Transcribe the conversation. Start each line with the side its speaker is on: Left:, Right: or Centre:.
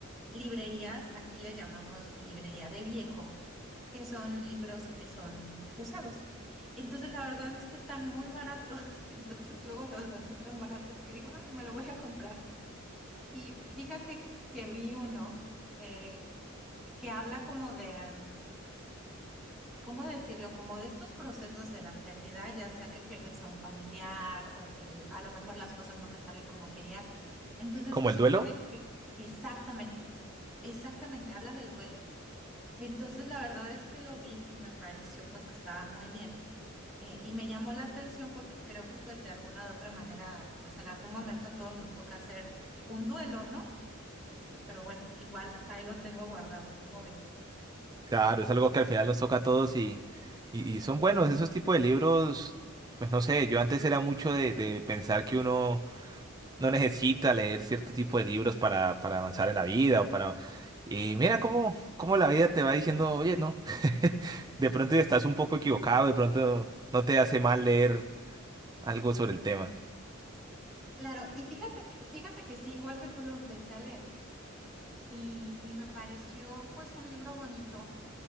Centre: librerías, aquí le llamamos librería de viejo, que son libros que son usados. Entonces, la verdad es que están muy baratos, <laughs> entonces luego los veo así tan baratos que digo, ay, me lo voy a comprar. Y fíjate que vi uno eh, que habla como de... am, ¿cómo decirlo? Como de estos procesos de la pérdida, ya sea que pierdes a un familiar o que el- a lo mejor las cosas no te salen como querías. Entonces
Right: Como
Centre: se supone
Right: el duelo,
Centre: que exactamente, exactamente habla del duelo. Entonces la verdad es que lo vi y me pareció pues que estaba muy bien. Eh, y me llamó la atención porque creo que pues de alguna u otra manera, pues en algún momento a todos nos toca hacer un duelo, ¿no? Este, pero bueno, igual ahí lo tengo guardado, ¿cómo ves?
Right: claro, es algo que al final nos toca a todos y, y, y son buenos esos tipos de libros. Pues no sé, yo antes era mucho de, de pensar que uno no necesita leer cierto tipo de libros para, para avanzar en la vida o para... Y mira cómo, cómo la vida te va diciendo, oye, no, <laughs> de pronto estás un poco equivocado, de pronto no te hace mal leer algo sobre el tema.
Centre: Claro, y fíjate que, fíjate que sí, igual que tú lo empecé a leer. y, y me pareció pues un libro bonito